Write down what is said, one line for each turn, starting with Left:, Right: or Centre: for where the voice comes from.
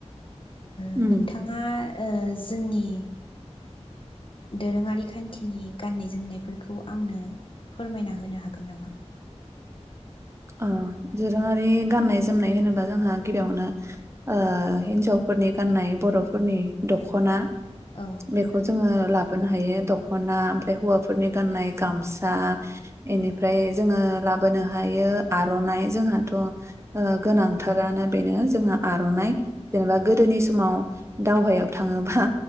Left: ओ
Right: उम
Left: नोंथाङा ओ जोंनि दोरोङारि खान्थिनि गाननाय जोमनायफोरखौ आंनो फोरमायना होनो हागोन नामा?
Right: ओ दोरोङारि गाननाय जोमनाय होनोबा जोंहा गिबियावनो ओ हिन्जावफोरनि गाननाय बर'फोरनि दख'ना।
Left: औ
Right: बेखौ जोङो ला बोनो हायो दख खना आमफ्राय
Left: उम
Right: हौवाफोरनि गाननाय गामसा।
Left: उम
Right: एनिफ्राय जोङो लाबोनो हायो आर'नाइ जोंहाथ' ओ गोनां थारानो बेनो जोंहा आर'नाइ जेनेबा गोदोनि समाव दावहायाव थाङोबा